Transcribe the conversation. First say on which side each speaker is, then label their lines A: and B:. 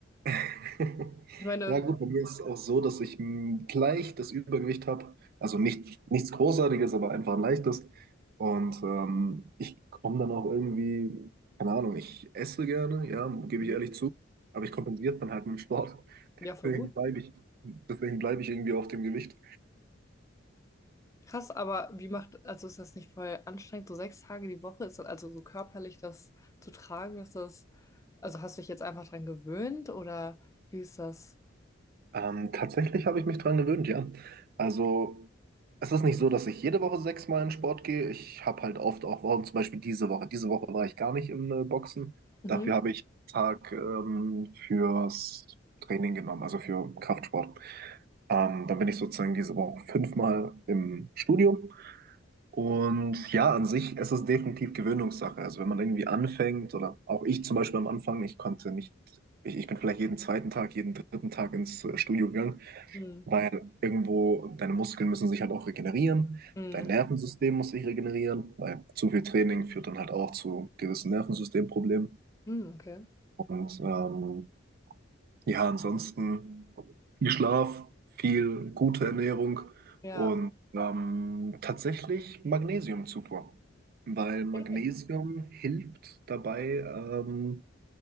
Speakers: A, on the right (about 50°); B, on the left (about 15°).
A: <laughs>
B: Ich meine,
A: ja gut, bei mir ist es auch so, dass ich mm, leicht das Übergewicht habe. Also nicht, nichts Großartiges, aber einfach ein leichtes. Und ähm, ich komme dann auch irgendwie, keine Ahnung, ich esse gerne, ja, gebe
B: mhm.
A: ich ehrlich zu, aber ich kompensiere es dann halt mit dem Sport.
B: ja, voll
A: Deswegen
B: gut.
A: bleibe ich, deswegen bleibe ich irgendwie auf dem Gewicht.
B: Krass, aber wie macht, also ist das nicht voll anstrengend, so sechs Tage die Woche, ist das also so körperlich das zu tragen, ist das, also hast du dich jetzt einfach dran gewöhnt oder wie ist das?
A: Ähm, tatsächlich habe ich mich dran gewöhnt, ja. Also es ist nicht so, dass ich jede Woche sechsmal in Sport gehe. Ich habe halt oft auch Wochen, zum Beispiel diese Woche. Diese Woche war ich gar nicht im äh, Boxen.
B: Mhm.
A: Dafür habe ich einen Tag ähm, fürs Training genommen, also für Kraftsport. Ähm, dann bin ich sozusagen diese Woche fünfmal im Studio Und ja, an sich, es ist definitiv Gewöhnungssache. Also wenn man irgendwie anfängt, oder auch ich zum Beispiel am Anfang, ich konnte nicht, ich, ich bin vielleicht jeden zweiten Tag, jeden dritten Tag ins äh, Studio gegangen,
B: Mhm.
A: weil irgendwo deine Muskeln müssen sich halt auch regenerieren,
B: Mhm.
A: dein Nervensystem muss sich regenerieren, weil zu viel Training führt dann halt auch zu gewissen Nervensystemproblemen.
B: Mhm, okay.
A: Und ähm, ja, ansonsten viel Schlaf, viel gute Ernährung
B: Ja.
A: und ähm, tatsächlich Magnesiumzufuhr, weil
B: Okay.
A: Magnesium hilft dabei, ähm,